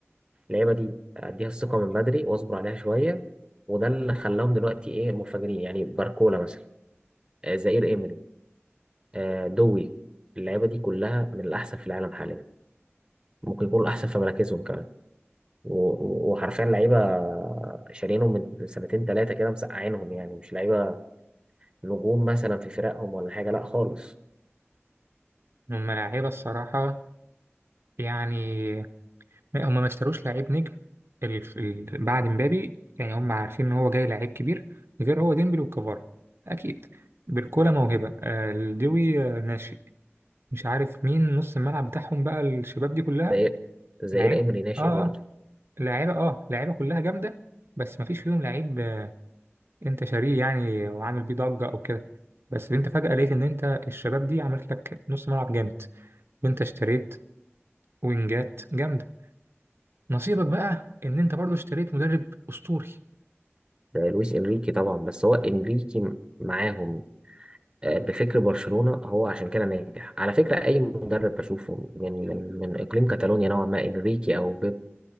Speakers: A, on the right (about 20°); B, on the right (about 60°).
A: اللعيبة دي أديها الثقة من بدري وأصبر عليها شوية وده اللي خلاهم دلوقتي إيه منفجرين يعني باركولا مثلا آه، زائير إيمري آه، دوي اللعيبة دي كلها من الأحسن في العالم حاليا ممكن يكونوا الأحسن في مراكزهم كمان و- و- وحرفيا لعيبه شارينهم من سنتين ثلاثه كده مسقعينهم يعني مش لعيبه نجوم مثلا في فرقهم ولا حاجه لا خالص
B: هم لاعيبة الصراحة يعني هم ما اشتروش لعيب نجم ال... ال... بعد مبابي يعني هم عارفين ان هو جاي لعيب كبير غير هو ديمبلي وكفارا اكيد بيركولا موهبه آه الدوي آه ناشئ مش عارف مين نص الملعب بتاعهم بقى الشباب دي كلها
A: زي زائير
B: لعيبه
A: امري ناشئ
B: اه
A: برضه
B: آه، لعيبه اه لعيبه كلها جامده بس ما فيش فيهم لعيب آه، انت شاريه يعني وعامل بيه ضجه او كده بس انت فجاه لقيت ان انت الشباب دي عملت لك نص ملعب جامد وانت اشتريت وينجات جامده نصيبك بقى ان انت برضو اشتريت مدرب اسطوري
A: ده لويس انريكي طبعا بس هو انريكي معاهم آه، بفكر برشلونه هو عشان كده ناجح على فكره اي مدرب بشوفه من من من اقليم كاتالونيا نوعا ما انريكي او بيب